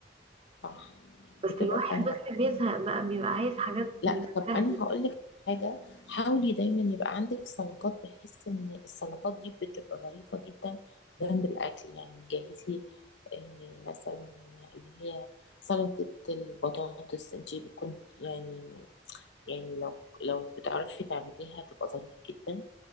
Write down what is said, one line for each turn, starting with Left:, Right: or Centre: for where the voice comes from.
Left: صح
Right: بس
Left: بتبقى
Right: الواحد
Left: سهلة
Right: بس بيزهق بقى بيبقى عايز حاجات
Left: لا
Right: من السهل
Left: طب انا هقول لك حاجه حاولي دايما يبقى عندك سلطات بحيث ان السلطات دي بتبقى ظريفه جدا جنب الاكل يعني جهزي آه، مثلا اللي هي سلطه البطاطس انت كنت يعني يعني لو لو بتعرفي تعمليها تبقى ظريفه جدا